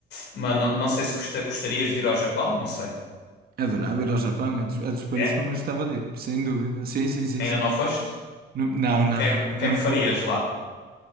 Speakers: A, on the left; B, on the right.
A: mas não, não sei se gosta- gostarias de ir ao Japão, não sei.
B: Adorava ir ao Japão, a dos, é dos países
A: É?
B: que eu mais gostava de ir, sem dúvida. Sim, sim, sim,
A: Ainda
B: sim.
A: não foste?
B: Nu- Não,
A: O
B: não,
A: que é,
B: não,
A: o
B: ainda
A: que é que
B: não
A: farias
B: foi.
A: lá?